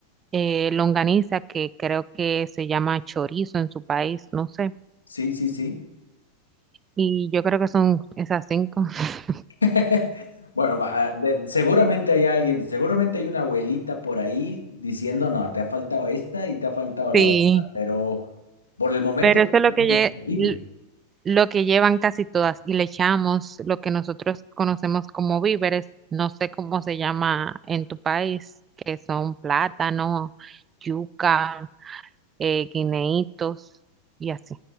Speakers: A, on the right; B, on the left.
A: eh, longaniza, que creo que se llama chorizo en su país, no sé.
B: Sí, sí, sí.
A: Y yo creo que son esas cinco. <laughs>
B: <laughs> Bueno, va, de- seguramente hay alguien, seguramente hay una abuelita por ahí diciendo, no, te ha faltado esta y te ha faltado la
A: Sí,
B: otra, pero por el momento
A: pero eso es
B: suena
A: lo que, lle-
B: increíble.
A: l- lo que llevan casi todas. Y le echamos lo que nosotros conocemos como víveres, no sé cómo se llama en tu país, que son plátano, yuca, eh, guineitos y así.